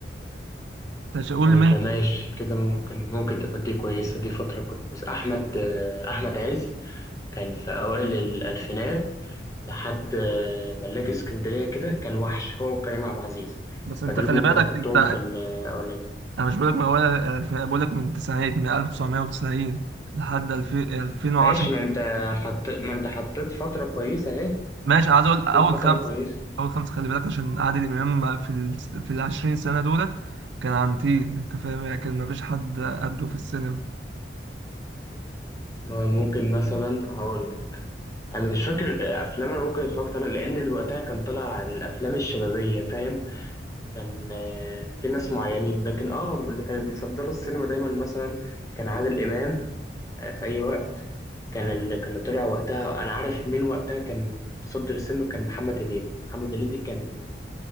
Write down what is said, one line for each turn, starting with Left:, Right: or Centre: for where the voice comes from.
Right: انت مش هقول
Left: ممكن
Right: من
Left: ماشي كده ممكن ممكن تبقى دي كويسة دي فترة كويسة أحمد آه، أحمد عز كان في أوائل الألفينات لحد آه، ملاك اسكندرية كده كان وحش هو وكريم عبد العزيز
Right: بس
Left: فدول
Right: انت خلي
Left: ممكن
Right: بالك
Left: أحطهم
Right: انت
Left: في الأولاني
Right: انا مش بقولك من اول الف- بقول لك من التسعينات من 1990 لحد 2000 2010
Left: ماشي ما أنت حط ما أنت حطيت فترة كويسة أهي ما
Right: ماشي انا
Left: أنت
Right: عايز
Left: حطيت
Right: اقول اول
Left: فترة
Right: خمسه
Left: كويسة
Right: اول خمسه خلي بالك عشان عادل امام في ال في ال 20 سنه دولت كان عنتيل انت فاهم يعني كان مفيش حد قده في السينما
Left: ما ممكن مثلا هقول لك انا مش فاكر افلام انا ممكن اتفرجت عليها لان وقتها كان طلع الافلام الشبابيه فاهم كان آه، في ناس معينين لكن اه اللي كانوا بيفضلوا السينما دايما مثلا كان عادل امام آه، في اي وقت كان اللي كان اللي طلع وقتها انا عارف مين وقتها كان متصدر السينما كان محمد هنيدي محمد هنيدي كان